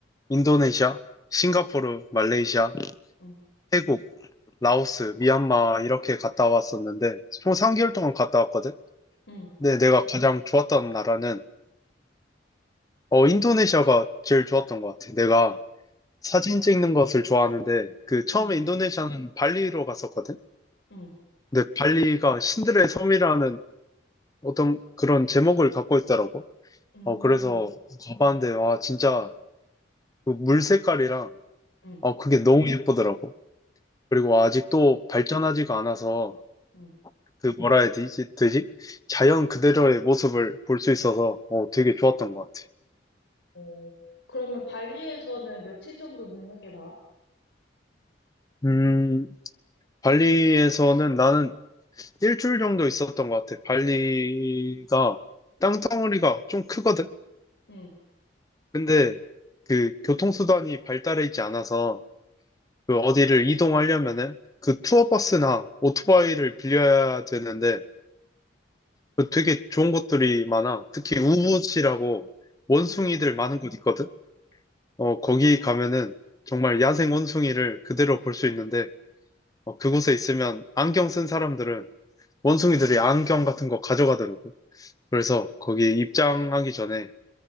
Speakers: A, on the left; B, on the left.
A: 인도네시아, 싱가포르, 말레이시아,
B: 응,
A: 태국, 라오스, 미얀마 이렇게 갔다 왔었는데, 총 3개월 동안 갔다 왔거든.
B: 응,
A: 근데 내가 가장 좋았던 나라는, 어, 인도네시아가 제일 좋았던 것 같아. 내가 사진 찍는 것을 좋아하는데 그 처음에
B: 응,
A: 인도네시아는 발리로 갔었거든.
B: 응,
A: 근데 발리가 신들의 섬이라는 어떤 그런 제목을 갖고 있더라고.
B: 응,
A: 어 그래서 가봤는데 와 진짜 그물 색깔이랑
B: 응.
A: 어 그게 너무 예쁘더라고. 그리고 아직도
B: 어,
A: 발전하지가 않아서
B: 응.
A: 그 뭐라 해야 되지? 되지? 자연 그대로의 모습을 볼 수 있어서 어 되게 좋았던 것 같아.
B: 어, 그러면 발리에서는 며칠 정도 묵는 게 나아?
A: 음 발리에서는 나는 일주일 정도 있었던 것 같아. 발리가 땅덩어리가 좀 크거든.
B: 응,
A: 근데 그 교통수단이 발달해 있지 않아서 그 어디를 이동하려면은 그 투어버스나 오토바이를 빌려야 되는데 그 되게 좋은 곳들이 많아. 특히 우붓이라고 원숭이들
B: 응.
A: 많은 곳 있거든. 어, 거기 가면은 정말 야생 원숭이를 그대로 볼 수 있는데 어, 그곳에 있으면 안경 쓴 사람들은 원숭이들이 안경 같은 거 가져가더라고. 그래서 거기 입장하기 전에